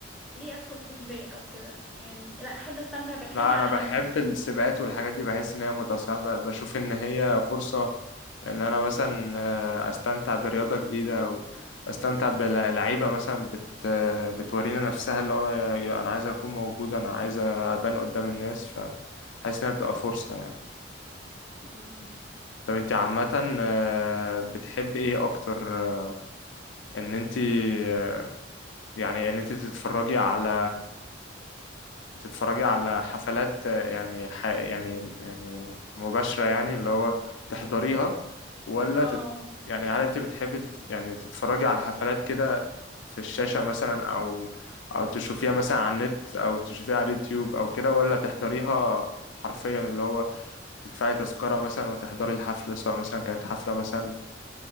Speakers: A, in the centre; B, on the left.
A: ليه ادخل في سباق او كده يعني لا احب استمتع بالحاجه
B: لا
A: على
B: انا بحب
A: مهلي
B: السباقات والحاجات دي بحس ان هي متعه ساعات ب- بشوف ان هي فرصه ان انا مثلا آه، استمتع برياضه جديده او استمتع بلعيبه مثلا بت آه، بتورينا نفسها اللي هو يا- يا انا عايز اكون موجود انا عايز ابان قدام الناس فحاسس انها بتبقى فرصه يعني
A: مم.
B: طب انت عامة آه، بتحب ايه اكتر آه، ان انت آه، يعني ان انت تتفرجي على تتفرجي على حفلات آه، يعني ح... يعني يعني مباشرة يعني اللي هو تحضريها ولا
A: اه
B: تت... يعني هل انت بتحبي تت... يعني تتفرجي على حفلات كده في الشاشة مثلا او او تشوفيها مثلا على النت او تشوفيها على اليوتيوب او كده ولا تحضريها حرفيا اللي هو تدفعي تذكرة مثلا وتحضري الحفلة سواء مثلا كانت حفلة مثلا